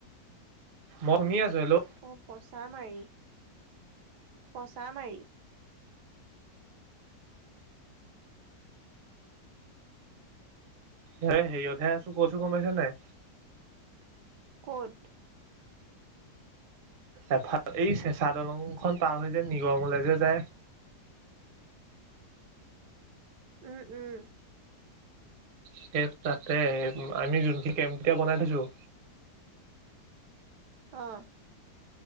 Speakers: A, on the right (about 45°); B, on the right (about 80°).
A: মই শুনি আছো, হেল্লো।
B: অ', পচা মাৰি। পচা মাৰি।
A: হে হেৰিয়ত
B: অ
A: হে আছোঁ, কৈছোঁ গম পাইছ নাই?
B: ক'ত?
A: এফাল এই চেঁচা দলং খন পাৰ হৈ যে নিগমলে যে যায়।
B: উম, উম।
A: সে তাতে, এ আমি যোনখিত কেমপ কিটা বনাই থৈছোঁ।
B: অ'